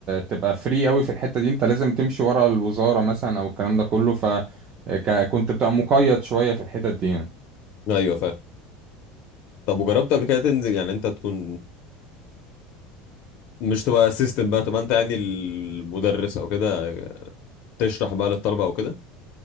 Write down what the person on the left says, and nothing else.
ايوه فاهم طب وجربت قبل كده تنزل يعني انت تكون مش تبقى اسيستنت بقى تبقى انت يعني المدرس او كده تشرح بقى للطلبه او كده